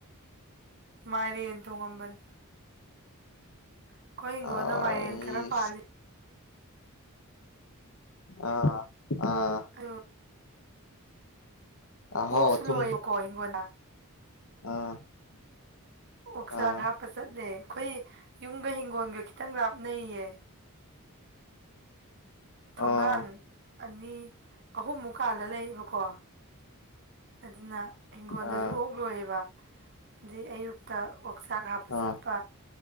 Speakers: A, on the right (about 50°); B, on the left (about 65°).
A: ꯃꯥꯏꯔꯦꯟ ꯊꯣꯡꯉꯝꯕꯅꯤ ꯑꯩꯈꯣꯏ ꯍꯤꯡꯒꯣꯜꯗ
B: ꯑꯩ
A: ꯃꯥꯏꯔꯦꯟ ꯈꯔ ꯄꯥꯜꯂꯤ
B: ꯑꯥ ꯑꯥ
A: <unintelligible>
B: ꯑꯍꯥꯎ
A: ꯑꯣꯛꯁꯨ
B: ꯑꯊꯨꯝ
A: ꯂꯣꯏꯑꯀꯣ ꯍꯤꯡꯒꯣꯟꯜꯗ
B: ꯑꯥ
A: ꯑꯣꯛꯆꯥꯛ
B: ꯑꯥ
A: ꯍꯥꯞꯄ ꯆꯠꯂꯦ ꯑꯩꯈꯣꯏ ꯌꯨꯝꯒ ꯍꯤꯡꯒꯣꯜꯒ ꯈꯤꯇꯪ ꯂꯥꯞꯅꯩꯌꯦ ꯊꯣꯡꯒꯥꯟ
B: ꯑꯥ
A: ꯑꯅꯤ ꯑꯍꯨꯝ ꯃꯨꯛꯀꯥꯟꯗ ꯂꯩꯕꯀꯣ ꯑꯗꯨꯅ ꯍꯤꯡꯒꯣꯜꯗꯁꯨ
B: ꯑꯥ
A: ꯑꯣꯛ ꯂꯣꯏꯌꯦꯕ ꯑꯗꯩ ꯑꯌꯨꯛꯇ ꯑꯣꯛꯆꯥꯛ ꯍꯥꯞꯄ
B: ꯑꯥ
A: ꯆꯠꯄ